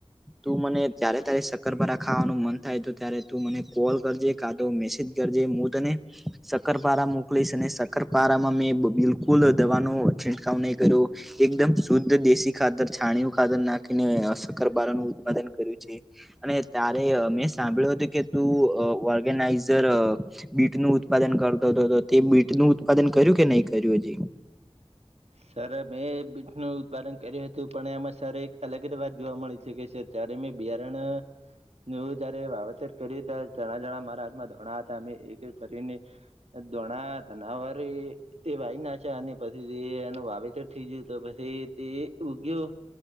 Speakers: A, in the centre; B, on the right.
A: તું મને ત્યારે ત્યારે સક્કર ભરા ખાવાનું મન થાય તો ત્યારે તું મને કોલ કરજે કા તો મેસેજ કરજે હું તને સકરપારા મોકલીશ અને સકરપારામાં મેં બિલકુલ દવાનો છિંટકાવ નહીં કર્યો. એકદમ શુદ્ધ દેશી ખાતર છાણીયું ખાતર નાખીને શકરબારાનુંઉત્પાદન કર્યું છે, અને ત્યારે મેં સાંભળ્યું હતું કે તું ઓર્ગેનાઈઝર બીટ ન ઉત્પાદન કરતો હતો તે બીટ નું ઉત્પાદન કર્યું કે નહી કર્યું હજી.
B: સર મેં બીટનું ઉત્પાદન કર્યું હતું પણ એમાં સર એક અલગ જ વાત જોવા મળી છે, કે સર ચારેમે બિયારણ નવું જયારે વાવેતર કર્યું ત્યારે જણા જણા મારા હાથમાં ધોણા હતા અમે એક એક ફરીન <unintelligible> વાવેતર થઈ ગયું તો પછી તે ઉગયો